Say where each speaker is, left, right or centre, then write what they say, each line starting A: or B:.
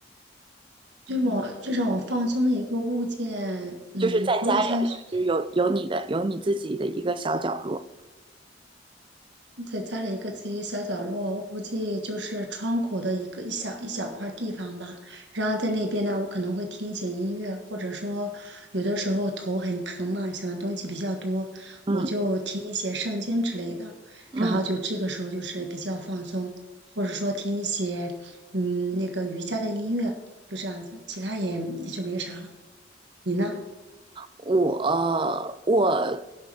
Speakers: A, on the right; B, on the right.
A: 最我最让我放松的一个物件，嗯，
B: 就是在家里，
A: 除了香薰，
B: 就是有有你的，有你自己的一个小角落。
A: 在家里一个自己小角落，我估计就是窗口的一个一小一小块地方吧。然后在那边呢，我可能会听一些音乐，或者说有的时候头很疼嘛，想的东西比较多，
B: 嗯
A: 我就听一些圣经之类的。
B: 嗯。
A: 然后就这个时候就是比较放松，或者说听一些嗯那个瑜伽的音乐，就这样子，其他也也就没啥了。你呢？
B: 我我